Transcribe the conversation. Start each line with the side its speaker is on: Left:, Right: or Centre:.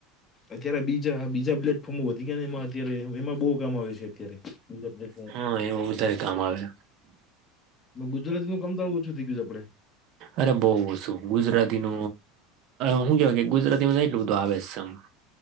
Left: અત્યારે બીજા બીજા પ્લેટફોર્મો વધી ગયા ને એમાં અત્યારે એમાં બો કામ આવે છે, અત્યારે બીજા પ
Right: હા એવું વધારે કામ આવે હે
Left: ગુજરાતીનું કામ તો આવું ઓછું થઈ ગયું છે, આપડે
Right: અરે બઉ ઓછુ ગુજરાતીનુ હું કેવાય કે ગુજરાતીમાં એટલું બધું આવે સમ